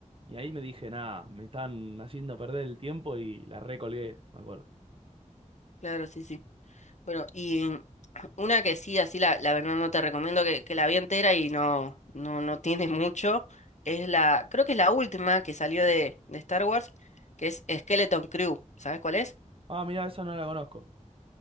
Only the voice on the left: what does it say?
Claro, sí, sí. Bueno, y <clears throat> mm, una que sí, así la, la verdad no te recomiendo que, que la vi entera y no, no, no tiene mucho, es la, creo que es la última que salió de, de Star Wars, que es Skeleton Crew. ¿Sabes cuál es?